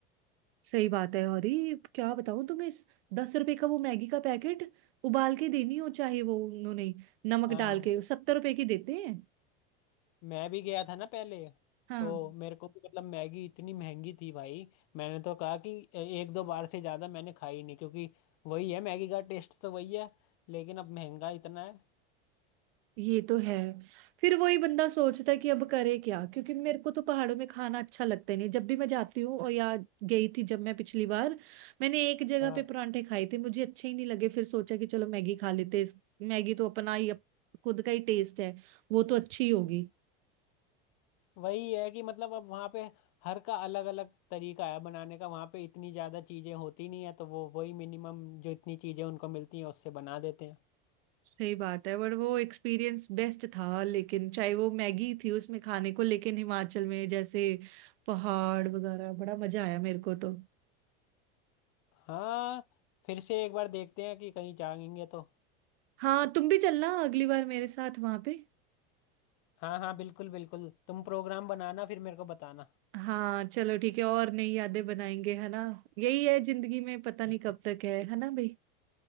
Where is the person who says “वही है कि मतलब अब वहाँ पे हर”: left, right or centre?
Left